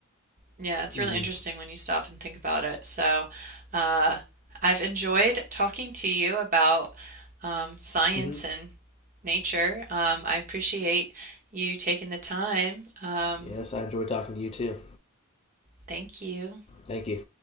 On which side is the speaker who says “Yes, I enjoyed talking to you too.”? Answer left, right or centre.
Left